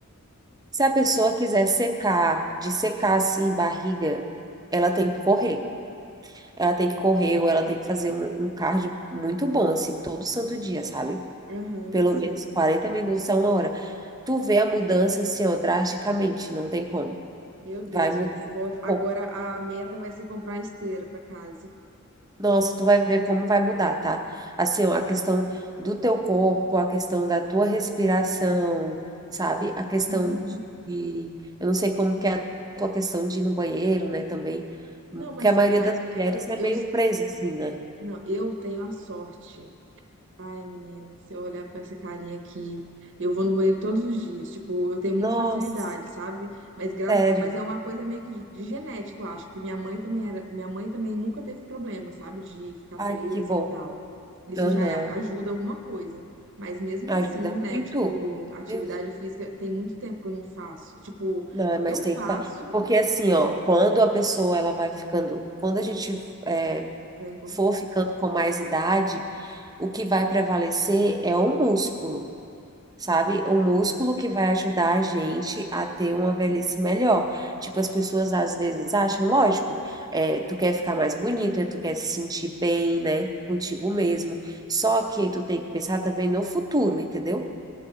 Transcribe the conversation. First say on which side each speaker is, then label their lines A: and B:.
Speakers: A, on the right; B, on the right.
A: Se a pessoa quiser secar, de secar assim, barriga, ela tem que correr. Ela tem que correr ou ela tem que fazer um, um cardio muito bom, assim, todo santo dia, sabe?
B: Aham,
A: Pelo
B: sei.
A: menos 40 minutos a uma hora. Tu vê a mudança, assim, ó, drasticamente, não tem como.
B: Meu Deus,
A: Vai mudar.
B: vou, eu vou- agora
A: Pô.
B: a meta vai ser comprar uma esteira para casa.
A: Nossa, tu vai ver como vai mudar, tá? Assim, ó, a questão do teu corpo, a questão da tua respiração, sabe? A questão
B: Uhum.
A: de, eu não sei como que é a tua questão de ir no banheiro, né, também, porque
B: Não, mas,
A: a maioria
B: mas
A: das
B: é,
A: mulheres é
B: eu,
A: meio presa assim, né?
B: não, eu tenho a sorte. Ai, menina, se eu olhar pra essa carinha aqui, eu vou no banheiro todos os dias. Tipo, eu tenho muita
A: Nossa,
B: facilidade, sabe? Mas, gra...
A: sério.
B: é- mas é uma coisa meio que de, de genética, eu acho, que minha mãe também era... minha mãe também nunca teve problema, sabe? De ficar
A: Ai,
B: presa
A: que bom.
B: e tal. Isso
A: Aham.
B: já é- ajuda alguma coisa. Mas mesmo
A: Ajuda
B: assim, né?
A: muito.
B: Tipo,
A: Meu
B: atividade
A: Deus.
B: física tem muito tempo que eu não faço. Tipo,
A: Não, é, mas
B: eu faço.
A: tem que fazer. Porque assim, ó, quando a pessoa ela vai ficando, quando a gente é,
B: Vai engor-
A: for ficando com mais idade, o que vai prevalecer é o músculo, sabe? O músculo
B: É,
A: que vai ajudar a gente a ter uma velhice melhor. Tipo, as pessoas às vezes acham, lógico, é, tu quer ficar mais bonita, tu quer se sentir bem, né, contigo mesmo. Só que tu tem que pensar também no futuro, entendeu?